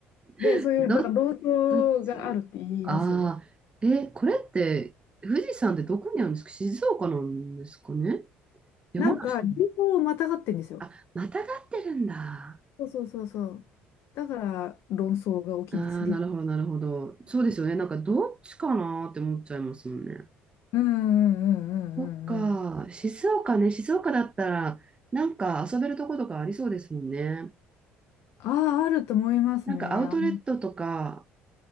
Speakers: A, on the left; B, on the right.
A: で、
B: <laughs>
A: そういう、
B: ど、
A: なんか論争があるって言いますよね。
B: どっちああー、え、これって、富士山ってどこにあるんですか静岡なんですかね山梨なの
A: なんか、流行をまたがってんですよ。
B: あ、またがってるんだ。
A: そうそうそうそう。だから、論争が大きいんですよね。
B: ああ、なるほど、なるほど。そうですよね。なんかどっちかなって思っちゃいますもんね。
A: うんうんうんうんうんうん。
B: そっか、静岡ね、静岡だったら、なんか遊べるとことかありそうですもんね。
A: ああ、あると思いますね。
B: なんかアウトレットとか、
A: あう